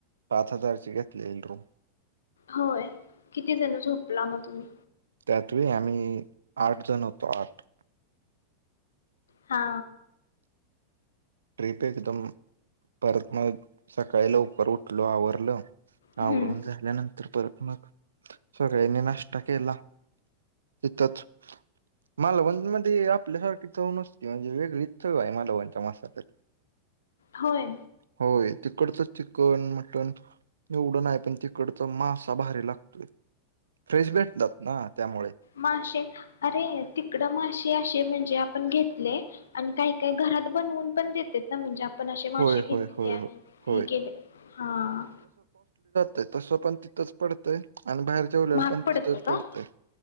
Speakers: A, on the right (about 70°); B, on the left (about 65°).
A: पाच हजारची घेतलेली रूम
B: होय किती जण झोपला मग तुम्ही
A: त्यात व्हय आम्ही आठ जण होतो आठ
B: हा
A: ट्रिप एकदम परत ना सकाळी लवकर उठलो आवरलं
B: हम्म.
A: आवरून झाल्यानंत तर परत मग सगळ्यांनी नाश्ता केला तिथंच मालवणमध्ये आपल्यासारखी चव नसती म्हणजे वेगळीच चव आहे मालवणच्या मसाल्यात
B: होय.
A: होय तीत तिकडचं चिकन मटण एवढं नाही पण तिकडचा मासा भारी लागतोय फ्रेश भेटतात ना त्यामुळे
B: मासे अरे तिकडं मासे असे म्हणजे आपण घेतले आणि काही काही घरात बनवून पण देतेत ना म्हणजे आप पण असे मासेे
A: होय
B: घेतले
A: होय होय
B: आणि
A: होय
B: हे केले हा
A: ते तसं पण तिथंच पडतंय आणि बाहेर जेवल्यावर
B: महाग
A: पण
B: पडतं
A: तिथंच
B: का?
A: पडतंय